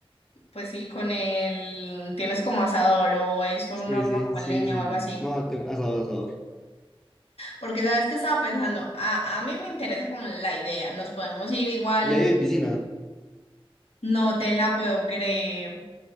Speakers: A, on the left; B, in the centre.
A: Pues sí, con el... Tienes como asador o es un
B: Sí,
A: horno
B: sí,
A: con
B: sí,
A: leña
B: sí.
A: o algo así.
B: No, tengo asados, asados.
A: Porque sabes que estaba pensando, a, a mí me interesa como la idea, nos podemos ir igual.
B: Y ahí hay piscina.
A: No te la puedo creer.